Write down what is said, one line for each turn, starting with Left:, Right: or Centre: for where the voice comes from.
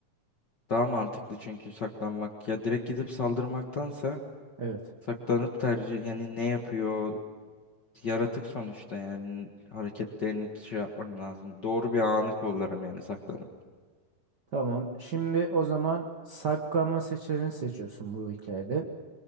Left: Daha mantıklı çünkü saklanmak. Ya direkt gidip saldırmaktansa
Right: Evet.
Left: saklanıp tercih yani ne yapıyor yaratık sonuçta yani hareketlerini şey yapmam lazım. Doğru bir anı kollarım yani saklanıp.
Right: Tamam. Şimdi o zaman saklanma seçeneğini seçiyorsun bu hikayede.